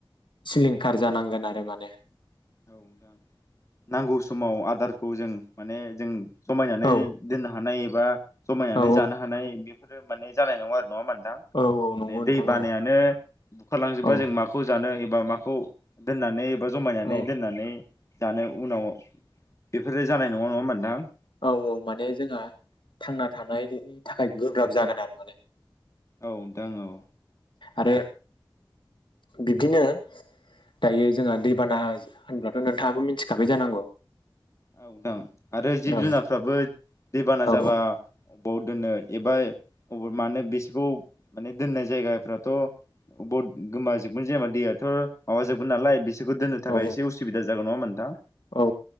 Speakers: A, on the left; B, on the left.
A: सिलिंखार जानांगोन आरो माने
B: <inaudible> नांगौ समाव आदार खौ जों माने जों खमायनानै
A: औ
B: दोननो हानाय एबा जमायनानै
A: औ
B: जानो हानाय बेफोरो माने जानाय नङा आरो नङामोन नोंथां माने
A: औ औ नंगौ नोंथां
B: दै बानायानो
A: औ
B: बुखारलांजोबा
A: औ
B: जों माखौ जानो बा माखौ दोननानै एबा जमायनानै
A: औ
B: दानो उनाव बेफोरो जानाय नङा नङा होमबा नोंथां?
A: औ औ माने जोंहा थांना थानायनि थाखाय गोब्राब जागोन आरो माने
B: औ नोंथां औ।
A: आरो बिब्दिनो दायो जोंहा दैबाना होनब्लाथ नोंथाङाबो मिथिखाबाय जानांगौ।
B: औ नोंथां। आरो जिब
A: औ
B: जुनारफ्राबो दैबाना
A: औ
B: जाबा बबाव दोननो एबा अब मानो बिसोरखौ माने दोननाय जायगाफ्राथ बबबाव गोमाजोबगोन जेनेबा दैयाथ माबाजोबगोन नालाय बिसोर खौ दोननो थाखाय
A: औ
B: एसे उसुबिदा जागोन नंङा होनबा नोंथां
A: औ